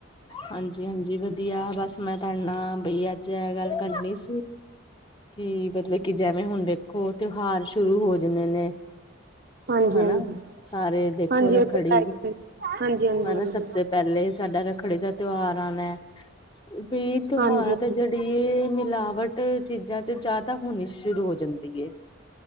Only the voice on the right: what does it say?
ਹਾਂਜੀ
ਹਾਂਜੀ
ਹਾਂਜੀ
ਉਹ ਤੇ ਹੈ ਹੀ। ਹਾਂਜੀ ਹਾਂਜੀ
ਹਾਂਜੀ
ਹਾਂਜੀ